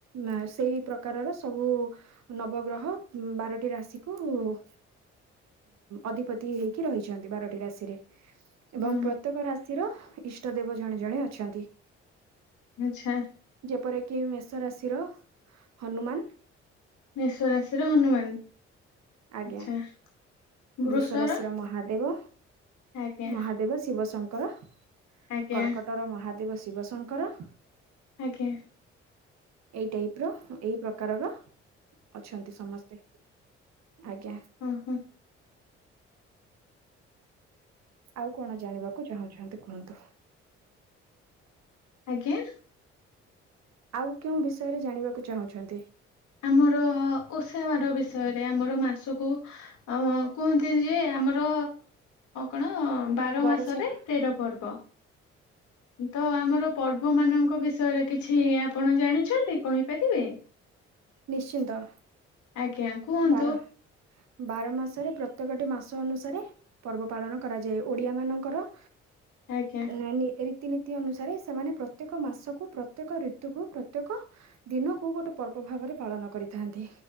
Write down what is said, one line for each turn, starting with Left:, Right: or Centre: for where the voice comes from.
Right: ର ସେଇ ପ୍ରକାରର ସବୁ ନବଗ୍ରହ ବାରଟି ରାଶିକୁୁ ଅଧିପତି ହେଇକି ରହିଚନ୍ତି ବାରଟି ରାଶିରେ। ଏବଂ
Left: ଅ
Right: ପ୍ରତ୍ୟେକ ରାଶିର ଇଷ୍ଟ ଦେବ ଜଣେ ଜଣେ ଅଛନ୍ତି।
Left: ଆଚ୍ଛା।
Right: ଯେପରିକି ମେଷ ରାଶିର ହନୁମାନ।
Left: ମେଶ ରାଶିର ହନୁମାନ
Right: ଆଜ୍ଞା
Left: ଆଚ୍ଛା। ବୃଷର
Right: ବୃଷ ରାଶିର ମହାଦେବ
Left: ଆଜ୍ଞା
Right: ମହାଦେବ ଶିବ ଶଙ୍କର।
Left: ଆଜ୍ଞା
Right: କର୍କଟର ମହାଦେବ ଶିବ ଶଙ୍କର।
Left: ଆଜ୍ଞା।
Right: ଏଇ ଟାଇପ ର ଏଇ ପ୍ରକାରର ଅଛନ୍ତି ସମସ୍ତେ ଆଜ୍ଞା।
Left: ଅଁହଁ।
Right: ଆଉ କଣ ଜାଣିବାକୁ ଚାହୁଁଛନ୍ତି କୁହନ୍ତୁ?
Left: ଆଜ୍ଞା।
Right: ଆଉ କେଉଁ ବିଷୟରେ ଜାଣିବାକୁ ଚାହୁଁଛନ୍ତି?
Left: ଆମର ଓଷା ବାର ବିଷୟରେ ଆମର ମାସକୁ ଅଁ କୁହନ୍ତି ଯେ ଆମର କଣ ବାର
Right: ବରଷକ
Left: ମାସରେ ତେର ପର୍ବ ତ ଆମର ପର୍ବ ମାନଙ୍କ ବିଷୟରେ କି ଛି ଆପଣ ଜାଣିଛନ୍ତି କହିପାରିବେ?
Right: ନିଶ୍ଚିନ୍ତ।
Left: ଆଜ୍ଞା କୁହନ୍ତୁ।
Right: ବାର ବାର ମାସରେ ପ୍ରତ୍ୟେକଟି ମାସ ଅନୁସାରେ ପର୍ବ ପାଳନ କରାଯାଏ। ଓଡିଆ ମାନଙ୍କର
Left: ଆଜ୍ଞା
Right: ଏହା ନି ରୀତି ନି ତୀ ଅନୁସାରେ ସେମାନେ ପ୍ରତ୍ୟେକ ମାସକୁ ପ୍ରତ୍ୟେକ ଋତୁକୁ ପ୍ରତ୍ୟେକ ଦିନକୁ ଗୋଟେ ପର୍ବ ଭାବରେ ପାଳନ କରିଥାନ୍ତି।